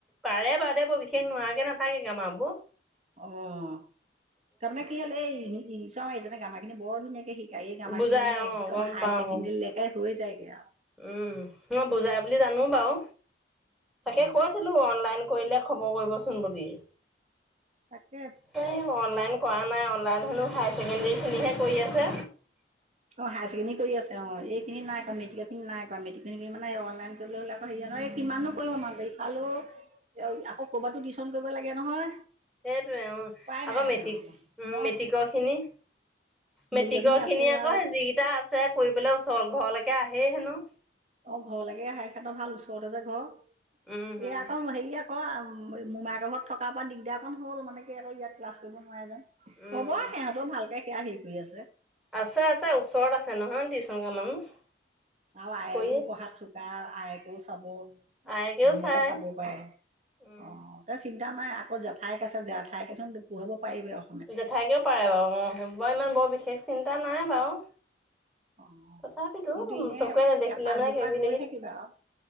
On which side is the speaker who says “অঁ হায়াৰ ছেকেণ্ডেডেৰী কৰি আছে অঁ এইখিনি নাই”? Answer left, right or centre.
Right